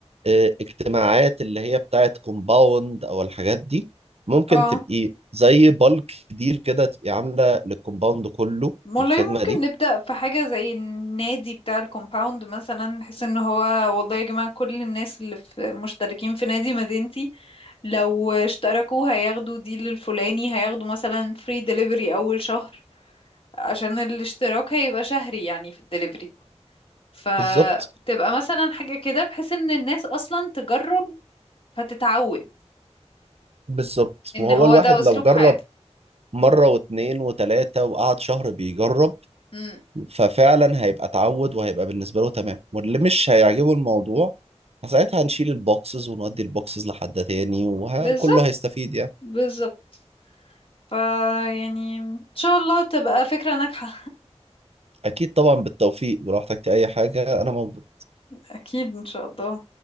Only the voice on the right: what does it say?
آه، اجتماعات اللي هي بتاعت كومباوند او الحاجات دي ممكن
تبقي زي بالك ديل كده تبقي عامله للكومباوند كله
الخدمه
دي
بالظبط
بالظبط
وهو
الواحد
لو جرب
مره واتنين وتلاته وقعد شهر بيجرب
ففعلا هيبقى اتعود وهيبقى بالنسبه له تمام واللي مش هيعجبه الموضوع ساعتها هنشيل البوكسز ونودي البوكسز لحد تاني وكله
هيستفيد يعني
اكيد طبعا بالتوفيق ولو احتجت اي حاجه انا موجود